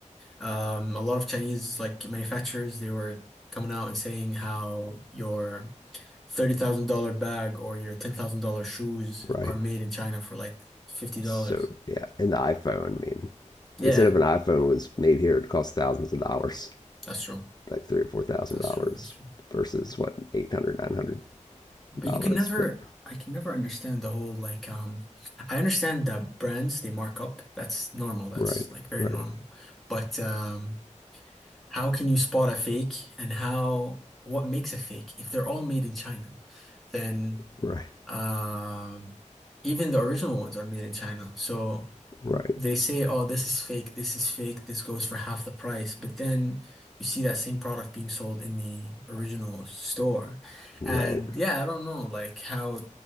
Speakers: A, in the centre; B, on the left.
A: um a lot of Chinese like manufacturers they were coming out and saying how your $30,000 bag or your $10,000 shoes
B: right?
A: are made in China for like $50.
B: So yeah, and the iPhone. I mean,
A: Yeah,
B: they said if an iPhone was made here, it cost thousands of dollars,
A: that's true.
B: like three or four thousand
A: That's
B: dollars,
A: true. That's true.
B: versus what eight hundred, nine hundred
A: But
B: dollars.
A: you can never,
B: But
A: I can never understand the whole like, um, I understand that brands they mark up. That's normal. That's
B: right,
A: like very
B: right,
A: normal. But, um, how can you spot a fake and how, what makes a fake? If they're all made in China, then,
B: right,
A: um, even the original ones are made in China. So,
B: right,
A: they say, oh, this is fake, this is fake, this goes for half the price. But then you see that same product being sold in the original store.
B: right.
A: And yeah, I don't know, like how